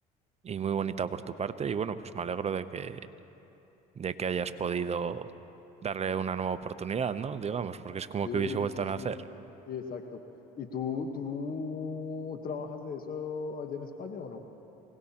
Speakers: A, on the right (about 30°); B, on the left (about 45°).
A: y muy bonita por tu parte y bueno, pues me alegro de que, de que hayas podido darle una nueva oportunidad, ¿no? Digamos, porque es como
B: Sí,
A: que hubiese vuelto
B: sí,
A: a
B: sí,
A: nacer.
B: sí, exacto. ¿Y tú, tú trabajas de eso allá en España o no?